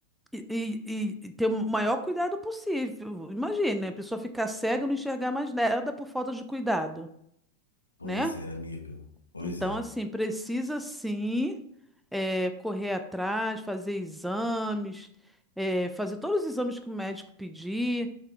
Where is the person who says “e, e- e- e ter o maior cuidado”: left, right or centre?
Centre